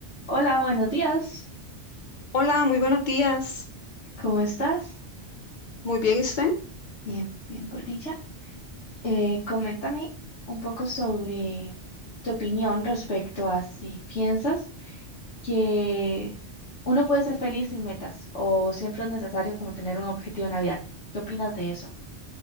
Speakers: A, on the left; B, on the left.
A: Hola, buenos días.
B: Hola, muy buenos días.
A: ¿Cómo estás?
B: Muy bien, ¿y usted?
A: Bien, bien por dicha. Eh, coméntame un poco sobre tu opinión respecto a si piensas que uno puede ser feliz sin metas o siempre es necesario como tener un objetivo en la vida. ¿Qué opinas de eso?